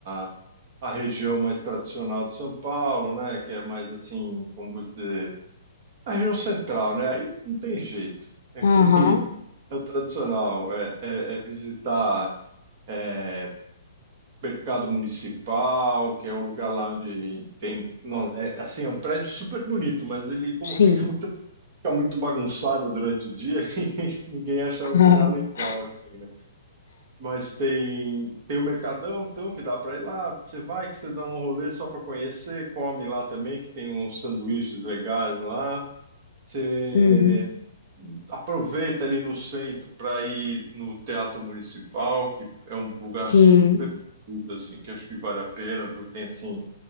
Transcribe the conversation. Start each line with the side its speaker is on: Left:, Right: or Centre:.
Right: a, a região mais tradicional de São Paulo, né? Que é mais assim, como vou dizer, a região central, né? Aí não tem jeito. É aquele,
Left: Aham.
Right: é o tradicional, é, é, é visitar. é, mercado municipal, que é o lugar lá onde tem, no- é, assim, é um prédio super bonito, mas ele como
Left: Sim.
Right: fica <laughs> muito fica muito bagunçada durante o dia <laughs> e ninguém acha
Left: <laughs>
Right: um lugar legal, assim, né? Mas tem, tem o Mercadão, então, que dá para ir lá. Você vai, que você dá um rolê só para conhecer, come lá também, que tem uns sanduíches legais lá. Você
Left: Uhum.
Right: aproveita ali no centro para ir no Teatro Municipal, que é um lugar
Left: Sim.
Right: super bonito, assim, que acho que vale a pena, viu? Tem, assim,